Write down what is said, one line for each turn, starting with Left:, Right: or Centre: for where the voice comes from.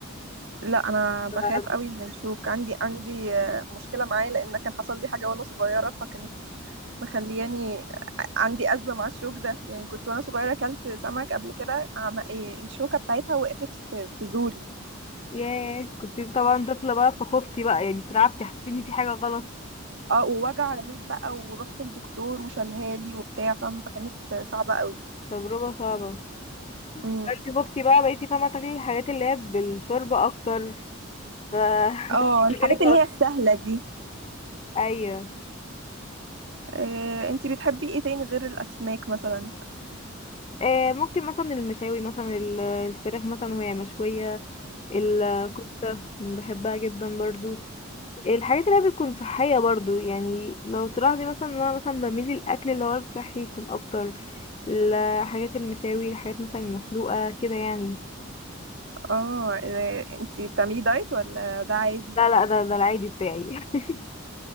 Right: لا انا بخاف
Left: ف-
Right: قوي من الشوك عندي عندي آه، مشكله معاه لان كان حصل لي حاجه وانا صغيره فكانت مخلياني عندي ازمه مع الشوك ده يعني كنت وانا صغيره اكلت سمك قبل كده عم... إيه، الشوكه بتاعتها وقفت في في زوري
Left: ياه كنت طبعا طفله بقى فخفتي بقى يعني اترعبتي حسيت ان في حاجه غلط
Right: اه ووجع رهيب بقى ورحت للدكتور وشالها لي وبتاع فاهمه فكانت صعبه قوي
Left: تجربه صعبه
Right: امم
Left: انتي خفتي بقى بقيتي فاهمه تاكلي الحاجات اللي هي بالشوربه اكتر ف <laughs>
Right: اه الحاجات
Left: بالك
Right: اللي
Left: بقى-
Right: هي السهله دي
Left: ايوه
Right: إيه، انتي بتحبي ايه تاني غير الاسماك مثلا
Left: آه ممكن مثلا المشاوي مثلا ال- الفراخ مثلا وهي مشويه الكفتة بحبها جدا برضو الحاجات اللي هي بتكون صحية برضو يعني لو تلاحظي مثلا ان انا مثلا بميل للأكل اللي هو الصحي يكون اكتر الحاجات المشاوي الحاجات مثلا المسلوقة كده يعني
Right: اه إيه، انتي بتعملي دايت ولا ده عادي
Left: لا لا ده ده العادي بتاعي <laughs>